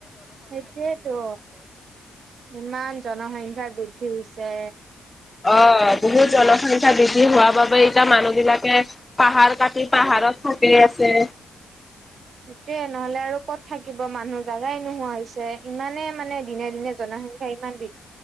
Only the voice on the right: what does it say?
সেইটোৱেতো ইমান জনসংখ্যা বৃদ্ধি হৈছে।
ঠিকে নহলে আৰু কত থাকিব মানুহ জাগাই নোহোৱা হৈছে ইমানে মানে দিনে দিনে জনসংখ্যা ইমান দি